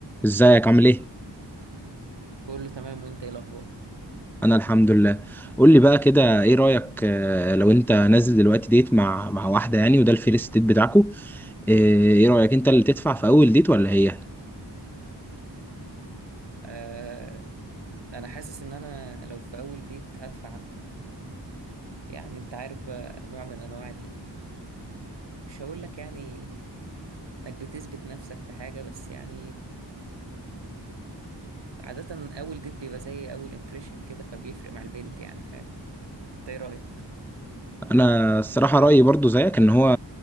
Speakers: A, in the centre; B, on the right (about 75°).
A: ازيك عامل ايه؟
B: كله تمام وانت ايه الاخبار
A: انا الحمد لله قول لي بقى كده ايه رأيك آه، لو انت نازل دلوقتي ديت مع مع واحدة يعني وده الفيرست ديت بتاعكو آه، ايه رأيك انت اللي تدفع في اول ديت ولا هي؟
B: آه انا حاسس ان انا لو في اول ديت هدفع انا يعني انت عارف بقى نوع من انواع ال... مش هقول لك يعني انك بتثبت نفسك في حاجة بس يعني عادة اول ديت بيبقى زي اول امبريشن كده فبيفرق مع البنت يعني فاهم انت ايه رأيك
A: انا الصراحة رأيي برضو زيك ان هو